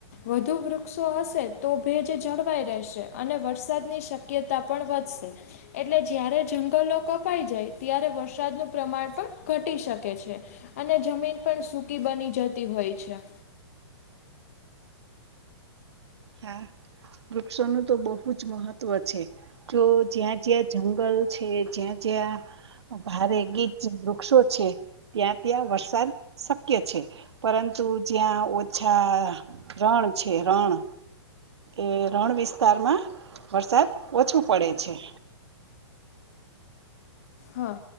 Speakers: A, on the left; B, on the right.
A: વધુ વૃક્ષો હશે તો ભેજ જળવાઈ રહેશે અને વરસાદની શ શક્યતા પણ વધશે. એટલે જ્યારે જંગલો કપાઈ જાય, ત્યારે વરસાદનું પ્રમાણ પણ ઘટી શકે છે. અને જમીન પણ સૂકી બની જતી હોય છે.
B: હા વૃક્ષોનું તો બહુ જ મહત્વ છે. જો જ્યાં જ્યાં જંગલ છે, જ્યાં જ્યાં ભારે ગીજ વૃક્ષો છે. ત્યાં ત્યાં વરસાદ શક્ય છે પરંતુ જ્યાં ઓછા રણ છે રણ. એ રણ વિસ્તારમાં વરસાદ ઓછું પડે છે.
A: હા.